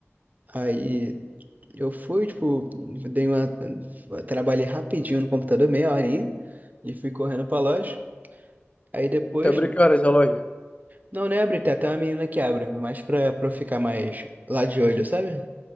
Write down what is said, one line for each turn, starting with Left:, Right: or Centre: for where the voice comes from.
Right: Aí Eu fui, tipo, dei uma. Trabalhei rapidinho no computador, meia horinha, e fui correndo pra loja. Aí depois.
Left: até abrir que horas a loja?
Right: Não, não é abrir, tem até uma menina que abre, mas pra, pra eu ficar mais lá de olho, sabe?